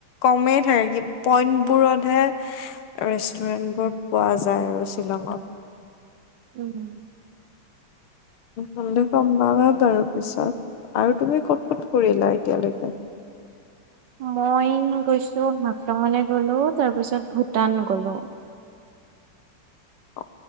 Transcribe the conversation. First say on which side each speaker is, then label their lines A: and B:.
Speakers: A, on the left; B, on the right.
A: কমেই থাকে কি পইন্টবোৰতহে ৰেষ্টুৰেণ্টবোৰ পোৱা যায় আৰু শ্বিলঙত।
B: উম।
A: হ'লে গম পাবা বাৰু পিছত আৰু তুমি ক'ত ক'ত ফুৰিলা এতিয়ালৈকে?
B: মই গৈছো হাফলঙলে গ'লো তাৰপিছত ভূটান গ'লো।
A: অ'।